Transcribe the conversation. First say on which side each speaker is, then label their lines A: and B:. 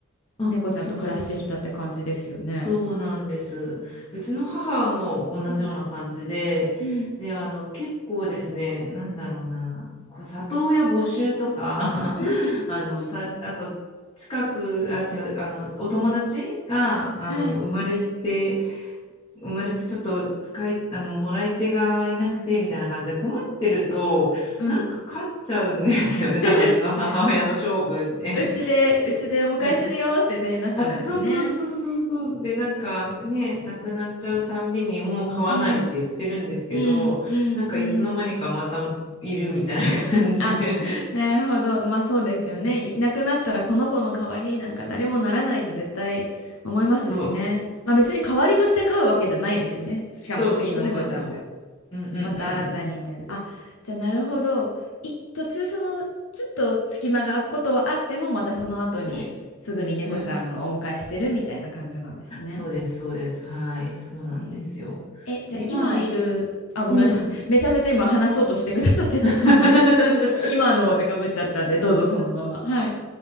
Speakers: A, on the left; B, on the left.
A: あ、
B: 猫ちゃんと暮らしてきたって感じですよね。
A: そうそうそう。そうなんです。うちの母も同じような感じで、
B: うん。うん。うん
A: で、あの、結構ですね、なんだろうな、こう、里親募集とか、
B: うんうん
A: <laughs> あの、さ、あと、近く、あ、違う、あの、お友達が、あの、
B: うん。はい。
A: 生まれて、生まれてちょっとかいあのもらい手がいなくてみたいな感じで困ってるとなんか勝っちゃうんですよね多分うちの母親の性分で。
B: うん。<laughs> うちで、うちでお迎えするよってね、
A: うん
B: なっちゃうんですね。
A: あ、そうそうそうそうそうでなんかねなくなっちゃうたんびにもう買わないって言ってるんですけどなんかいつの間にかまたいるみたいな感じで
B: うん。うんうんうん。あ、なるほど。まあそうですよね。
A: <laughs>
B: いなくなったらこの子の代わりになんか誰もならないって絶対思いますしね。
A: そう
B: まあ別に代わりとして飼うわけじゃないですしね。しかも次の猫ちゃんも。
A: そうそうなんですよ。うんうんうん
B: また新たにみたいな。あ、じゃあなるほど。い、途中そのちょっと隙間が空くことはあってもまたその後にすぐに猫ちゃんをお迎えしてるみたいな感じなんですね。
A: うん。はい。うん、そうです、そうです。はい、そうなんですよ。
B: えーえ、じゃあ今いる、
A: で、今の
B: あ、ごめんなさい。
A: うん。
B: <laughs> めちゃめちゃ今話そうとしてくださってたと思うんで。
A: <laughs>
B: <laughs> 今のってかぶっちゃったんで、どうぞそのまま。
A: そうそうそう
B: はい。